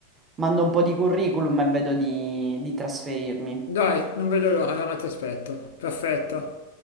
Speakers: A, on the right (about 20°); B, on the left (about 55°).
A: mando un po' di curriculum e vedo di, di trasferirmi.
B: Dai, non vedo l'ora, allora ti aspetto. Perfetto.